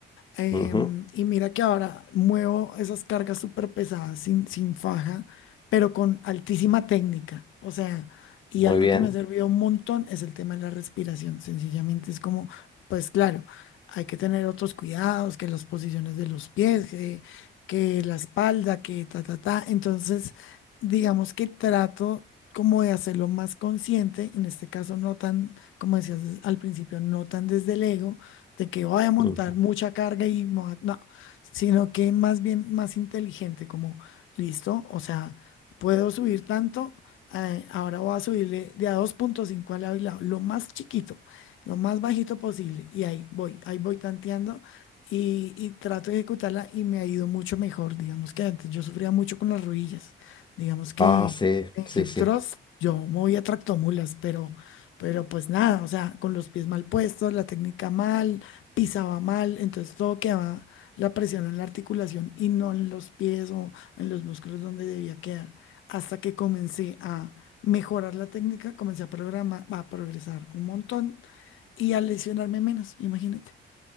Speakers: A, on the left; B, on the left.
A: Em,
B: ujú,
A: y mira que ahora muevo esas cargas súper pesadas sin, sin faja, pero con altísima técnica. O sea, y
B: Muy
A: algo
B: bien.
A: que me ha servido un montón es el tema de la respiración. Sencillamente es como, pues claro, hay que tener otros cuidados, que las posiciones de los pies, que, que la espalda, que ta, ta, ta. Entonces, digamos que trato como de hacerlo más consciente, en este caso no tan, como decías al principio, no tan desde el ego de que voy a montar
B: ujú.
A: mucha carga y me voy a- no, sino que más bien más inteligente, como listo, o sea, puedo subir tanto, eh, ahora voy a subirle de a 2.5 al lado y lado, lo más chiquito, lo más bajito posible, y ahí voy, ahí voy tanteando. Y, y trato de ejecutarla y me ha ido mucho mejor. Digamos que antes yo sufría mucho con las rodillas. Digamos que
B: Ah, sí,
A: en
B: sí,
A: hip
B: sí.
A: thrust yo movía tractomulas, pero, pero pues nada, o sea, con los pies mal puestos, la técnica mal, pisaba mal, entonces todo quedaba la presión en la articulación y no en los pies o en los músculos donde debía quedar. Hasta que comencé a mejorar la técnica, comencé a programar, a progresar un montón y a lesionarme menos, imagínate.